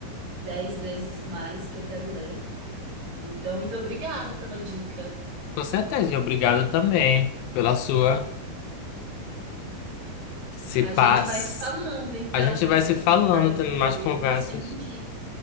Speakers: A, on the right; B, on the left.
A: dez vezes mais que eu quero ler. Então, muito obrigada pela dica.
B: Com certeza, e obrigado também pela sua se
A: A
B: paz.
A: gente vai se falando, então,
B: A gente
A: quando
B: vai
A: você
B: se
A: pensar
B: falando,
A: em outro
B: tendo mais
A: livro,
B: conversas,
A: você me indica,